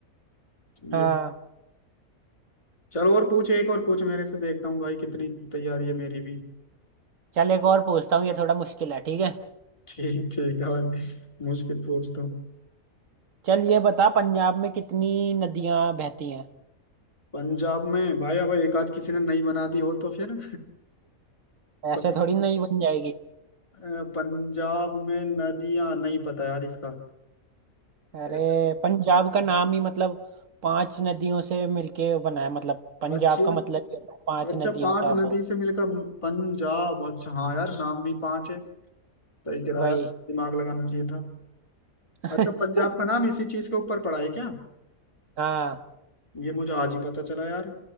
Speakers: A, on the left; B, on the right.
A: तो
B: हाँ
A: ये चलो और पूछ एक और पूछ मेरे से देखता हूँ भाई कितनी तैयारी है मेरी भी
B: चल एक और पूछता हूँ ये थोड़ा मुश्किल है ठीक है
A: ठीक ठीक है भाई मुश्किल पूछता हूँ
B: चल ये बता पंजाब में कितनी नदियां बहती हैं
A: पंजाब में भाई अब एक आध किसी ने नहीं बना दी हो तो फिर <laughs>
B: ऐसे थोड़ी नहीं बन जाएगी
A: अ, पंजाब में नदियां नहीं पता यार इसका
B: अरे
A: ऐसा-
B: पंजाब का नाम ही मतलब पांच नदियों से मिलके बना है मतलब पंजाब
A: अच्छी
B: का मतलब ही होता है पांच
A: अच्छा
B: नदियों
A: पांच
B: का
A: नदी
B: वो
A: से मिलकर पंजाब अच्छा हाँ यार नाम भी पांच है सही कह रहा
B: वही
A: यार दिमाग लगाना चाहिए था
B: <laughs>
A: अच्छा पंजाब का नाम इसी चीज के ऊपर पड़ा है क्या
B: हाँ
A: ये मुझे आज ही पता चला यार